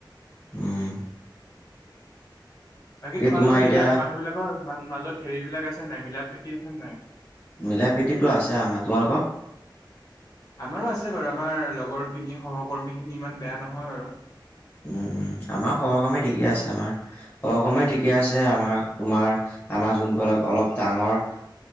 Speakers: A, on the left; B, on the left.
A: উম।
B: বাকী তোমালোকৰ
A: তোমাৰ এতিয়া
B: ডিলাৰত মানুহ বিলাকৰ মাজত হেৰি বিলাক আছে নাই মিলা প্ৰীতি আছে নে নাই?
A: মিলা প্ৰীতিতটো আছে আমাৰ, তোমালোকৰ?
B: আমাৰো আছে বাৰু আমাৰ লগৰখিনি সহকৰ্মী খিনি ইমান বেয়া নহয় বাৰু।
A: উম, উম, আমাৰ সহকৰ্মী ঠিকে আছে আমাৰ সহকৰ্মী ঠিকে আছে আমাৰ তোমাৰ আমাৰ যোনবিলাক অলপ ডাঙৰ।